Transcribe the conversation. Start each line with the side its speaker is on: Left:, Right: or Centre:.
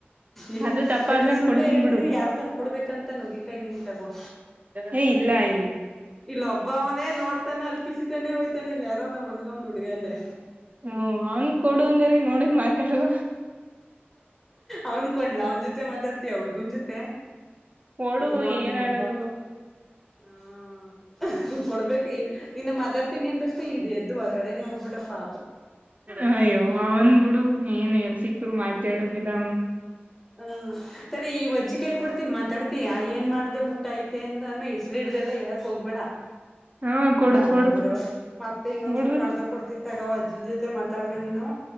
Centre: ಈ
Right: ಅದು ದಪ್ಪ
Centre: ಬೇಗ
Right: ಆದ್ಮೇಲೆ
Centre: ಸುಳ್ಳಲೇ
Right: ಕೊಡ್ತೀನ್
Centre: ಹೇಳ್ತಿದಿ
Right: ಬಿಡು
Centre: ಯಾರು ತಂದಕೊಡ್ಬೇಕಂತ ನಗಿಕಾಯ ನಿನ್ ತಗೋ
Right: ಹೇ ಇಲ್ಲ ಆ
Centre: ಇಲ್ಲ ಒಬ್ಬವನೇ ನೋಡ್ತಾನ ಅಲ್ಕಿಸಿತಾನೆ ಹೋಯ್ತಾನೆ ಇಲ್ಲ ಯಾರೋ ನಮ್ಮ ಮನೇಲ್ಲ ಒಂದ್ ಹುಡುಗ ಅದೇ
Right: ಹ ಅವನ್ ಕೊಡು ಹಂಗರಿ ನೋಡ ಮಾತಾಡುವ
Centre: ಅವನ್ ಕೊಡ್ಲ ಅವನ್ ಜೊತೆ ಮಾತಾಡ್ತಿ ಅವಾವಡ್ಗುನ್ ಜೊತೆ
Right: ಕೊಡು
Centre: ಇಲ್ಲ ಅವ್ನು
Right: ಏನಾಗದು
Centre: ಹ ಕೊಡ್ಬೇಕು ನೀ ಮಾತಾಡ್ತೀನಿ ಆದ್ ತಕ್ಷಣೆ ಇದೆ ಎದ್ದ ಹೊರ್ಗಡೆನೆ ಹೋಗ್ಬಿಟ್ಟಪ್ಪಾ
Right: ಅಯ್ಯೋ ಅವ್ನು ಬಿುಡು ಏನ್ ಎಲ್ ಸಿಕ್ಕರು ಮಾತಾಡುದಿಲ್ಲ ಅವ್ನು
Centre: ಹ ತಡೆ ಈ ವಜ್ಜಿಕ ಎಲ್ಲಿ ಕೊಡ್ತೀನಿ ಮಾತಾಡ್ ಾ ಏನ್ ಮಾಡ್ದ ಊಟ ಐತೆ ಅಂತ ಅಾನ ಹೆಸರಿ ಇಡ್ದಲ್ಲ ಹೇಳಕ್ೋಗ್ಬೇಡ
Right: ಹಾ ಕೊಡು
Centre: ಬ್ಯಾಡ
Right: ಕೊಡು
Centre: ಬಿದವ್ವ ಮತ್ತೆ ಇನ್ನೊಂದ್ಸಲ
Right: ಬಿಡು
Centre: ಮಾಡ್ದಾಗ ಕೊಡ್ತೀನ್ಿ ತಗೋ ಅಜ್ಜಿಿದತೆ ಮತ್ತೆ ತಡಬೆ ನೀನು